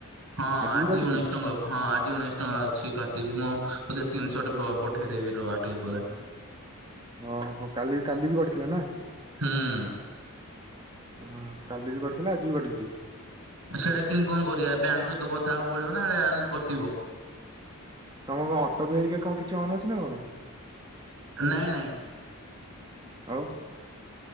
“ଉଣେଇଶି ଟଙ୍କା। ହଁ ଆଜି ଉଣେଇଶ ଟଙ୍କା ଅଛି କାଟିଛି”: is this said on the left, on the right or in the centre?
Right